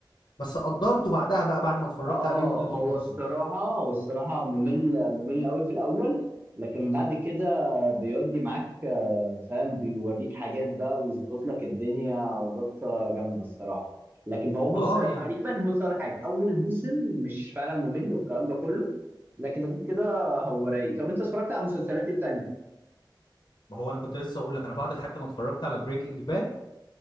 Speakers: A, on the left (about 65°); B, on the right (about 25°).
A: بس قدرته بعدها بقى بعد ما اتفرجت
B: اه
A: عليه واديته الفرصه
B: هو الصراحة هو الصراحة ممل ممل قوي في الأول لكن بعد كده بيودي معاك آه، فاهم بيوريك حاجات بقى ويظبط لك الدنيا ظابطة جامدة الصراحة لكن هو بص
A: اه
B: تقريبا
A: يعني
B: بص على حاجة أول موسم مش فعلا ممل والكلام ده كله لكن غير كده هو رايق طب أنت اتفرجت على مسلسلات إيه تانية؟
A: ما هو انا كنت لسه اقول لك انا بعد حتى ما اتفرجت على بريكنج باد